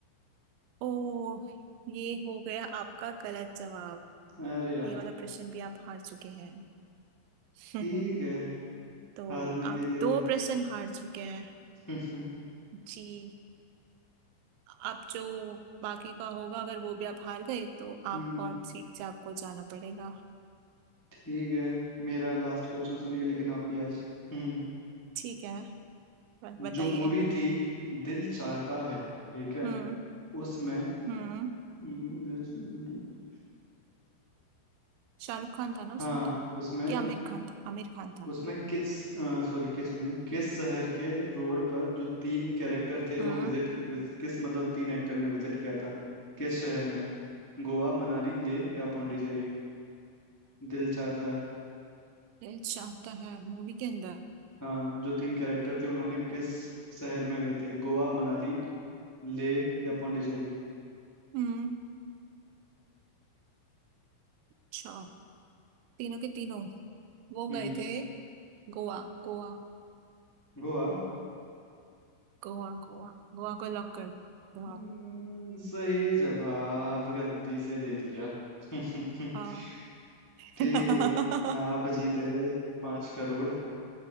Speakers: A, on the right (about 85°); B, on the left (about 30°).
A: ओ ये हो गया आपका गलत जवाब
B: अरे यार
A: ये वाला प्रश्न भी आप हार चुके हैं <laughs>
B: ठीक है
A: तो
B: हारने के
A: आप
B: लिए
A: दो
B: मैंने
A: प्रश्न हार चुके हैं
B: हम्म
A: जी आप जो बाकी का होगा अगर वो भी आप हार गए तो आप
B: हम्म,
A: हॉट सीट से आपको जाना पड़ेगा
B: ठीक है मेरा लास्ट क्वेश्चन सुनिए लेकिन आप भी आज हम्म
A: ठीक है ब- बताइए
B: जो मूवी थी दिल चाहता है ठीक है
A: हम्म
B: उसमें
A: हम्म
B: हम्म, दिल-
A: शाहरुख खान था ना उसमें
B: हाँ
A: तो
B: उसमें
A: क्या
B: जो
A: आमिर खान था आमिर खान था
B: उसमें किस सॉरी किस नहीं किस शहर के रोड पर जो तीन कैरेक्टर थे
A: हम्म
B: वो विजिट किस मतलब तीन एक्टर ने विजिट किया था किस शहर में गोवा मनाली ले या पौंडीचेरी दिल चाहता है
A: दिल चाहता है मूवी के अंदर
B: हाँ जो तीन कैरेक्टर थे उन्होंने किस शहर में गए थे गोवा मनाली ले या पौंडीचेरी
A: हम्म अच्छा तीनों के तीनों वो
B: हम्म
A: गए थे गोवा गोवा
B: गोवा
A: गोवा गोवा गोवा को लॉक कर दो
B: हम्म, सही जवाब गलती से दे दिया <laughs>
A: आ,
B: ठीक
A: <laughs>
B: है आप जीत गए पांच करोड़